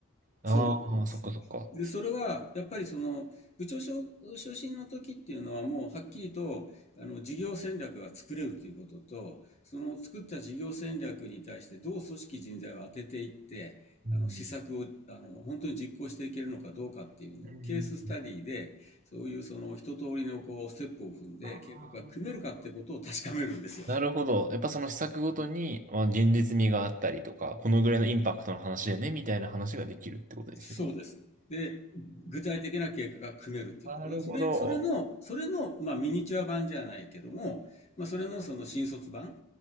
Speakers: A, on the right; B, on the left.
A: ああ、
B: そうです。
A: そっかそっか。
B: で、それは、やっぱりその、部長昇昇進の時っていうのは、もうはっきりと、あの、事業戦略が作れるということと、その作った事業戦略に対してどう組織人材を当てていって、
A: うん。
B: あの、施策を、あの、本当に実行していけるのかどうかっていうのを、
A: うん。
B: ケーススタディで、そういうその、一通りのこう、ステップを踏んで、
A: ああ。
B: 計画が組めるかってことを確かめるんですよ。
A: なるほど。やっぱその施策ごとに、まあ、現実味があったりとか、このぐらいのインパクトの話だよね、みたいな話ができるってことですよね。
B: そうです。で、具体的な計画が組めるっていうこと。
A: なるほど。
B: それ、それの、それの、まあ、ミニチュア版じゃないけども、まあ、それのその新卒版っ